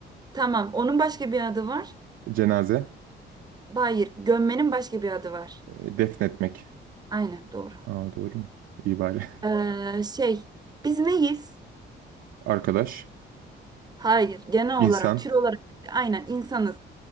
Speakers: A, on the right (about 20°); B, on the right (about 85°).
A: Tamam. Onun başka bir adı var.
B: cenaze,
A: Hayır. Gömmenin başka bir adı var.
B: eee, defnetmek.
A: Aynen doğru.
B: Aa, doğru mu? İyi bari.
A: Ee, şey biz neyiz?
B: <laughs> Arkadaş,
A: Hayır, genel
B: insan,
A: olarak, tür olarak aynen insanız.